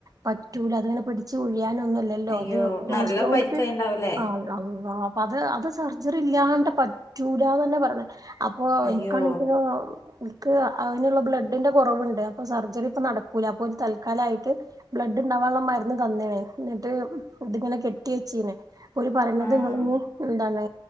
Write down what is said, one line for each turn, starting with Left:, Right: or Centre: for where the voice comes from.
Right: പറ്റൂല അതിങ്ങനെ പിടിച്ച് പോയി പിരിയാനൊന്നുല്ലല്ലോ
Left: അയ്യോ
Right: അത്
Left: നല്ല
Right: ഓസ്‌ല
Left: പരിക്കായിണ്ടാവൂലേ
Right: ഓല്ക്ക് ആ ആ ആ അപ്പ അത് അത് സർജറി ഇല്ല്യാണ്ട് പറ്റൂലാന്നന്നാ പറഞ്ഞെ അ ഇപ്പൊ
Left: അയ്യോ
Right: എനക്കാണെങ്കിലോ ക്ക് ആനുള്ള ബ്ലഡിന്റ കൊറവുണ്ട് അപ്പൊ സർജറി ഇപ്പൊ നടക്കൂല അപ്പൊ ഒരു തൽക്കാലായിട്ട് ബ്ലഡ് ഇണ്ടാവാനുള്ള മരുന്ന് തന്നെണേ എന്നിട്ട് ഇത്ങ്ങന കെട്ടി വെച്ചീന് ഓര് പറയുന്നത്
Left: ആഹ്
Right: നിങ്ങളിനി എന്താണ്